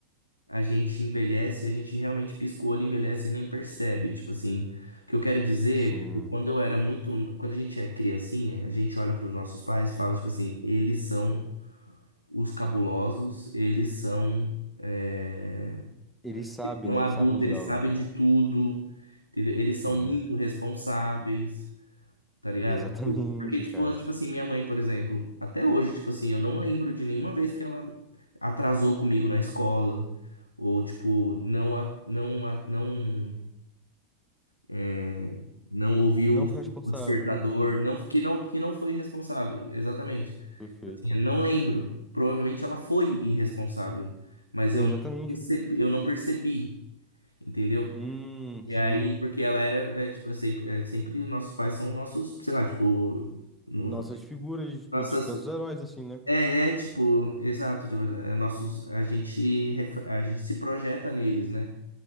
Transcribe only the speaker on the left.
A gente envelhece, a gente realmente pisca o olho, envelhece e nem percebe. Tipo assim, o que eu quero dizer,
é que, tipo, quando eu era muito, quando a gente é criancinha, a gente olha para os nossos pais e fala, tipo assim, eles são Os cabulosos, eles são, é,
são
adultos,
eles
sabem de tudo, entendeu? Eles
são muito responsáveis, tá ligado?
Porque, tipo,
tipo assim, minha mãe, por exemplo, até hoje, tipo assim, eu não lembro de nenhuma vez que ela atrasou comigo na escola, ou, tipo, não, a- não, a- não, é, não ouviu
o despertador,
não, que não, que não foi responsável, exatamente.
Eu não lembro. Provavelmente ela foi irresponsável, mas
eu não percebi, eu não percebi, entendeu?
E
aí, porque ela era, é, tipo, é sempre, é, sempre nossos pais são nossos, sei lá, tipo, no-
nossas,
é, é, tipo, exato, tipo, é, nossos, a gente, ref- a gente se projeta neles, né?